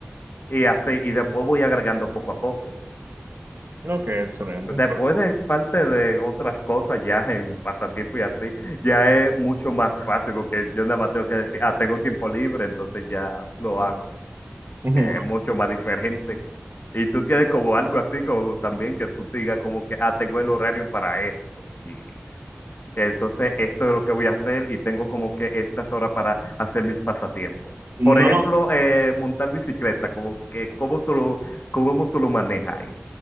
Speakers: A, on the left; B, on the right.
A: Y así, y después voy agregando poco a poco.
B: ok, excelente.
A: Después de parte de otras cosas, ya en pasatiempo y así, ya es mucho más fácil porque yo nada más tengo que decir, ah, tengo tiempo libre, entonces ya lo hago.
B: Ujú.
A: que es mucho más diferente. Y tú tienes como algo así, como también que tú te digas como que, ah, tengo el horario para esto. Y entonces esto es lo que voy a hacer y tengo como que estas horas para hacer mis pasatiempos.
B: No
A: Por ejemplo,
B: lo,
A: eh, montar bicicleta, como que, ¿cómo tú lo, cómo tú lo manejas ahí?